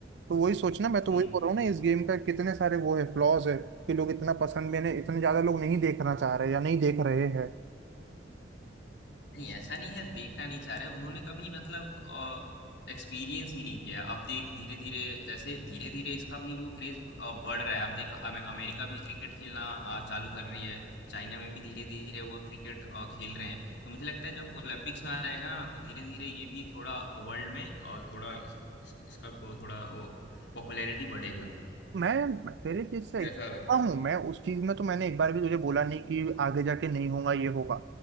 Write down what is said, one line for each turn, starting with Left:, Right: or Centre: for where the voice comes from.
Right: तो वही सोचना मैं तो
Left: हम्म
Right: वही बोल रहा हूँ ना इस गेम का कितने सारे वो है फ्लॉज है कि लोग इतना पसंद भी नहीं इतने ज्यादा लोग नहीं देखना चाह रहे या नहीं देख रहे हैं
Left: नहीं ऐसा नहीं है देखना नहीं चाह रहे उन्होंने कभी मतलब एक्सपीरियंस ही नहीं किया अब देख धीरे धीरे जैसे धीरे धीरे इसका भी वो क्रेज बढ़ रहा है अब देख अमे- अमेरिका भी क्रिकेट खेलना अ, चालू कर रही है चाइना में भी धीरे धीरे वो क्रिकेट अ, खेल रहे हैं तो मुझे लगता है जब ओलंपिक्स में आ जाएगा ना तो धीरे धीरे ये भी थोड़ा वर्ल्ड में और थोड़ा इस, इस, इसका वो थोड़ा वो पॉपुलैरिटी बढ़ेगा
Right: मैं तेरे चीज से
Left: मुझे
Right: एकदम
Left: ऐसा लगता
Right: हूँ मैं उस चीज में तो मैंने एक बार भी तुझे बोला नहीं कि आगे जाके नहीं होगा ये होगा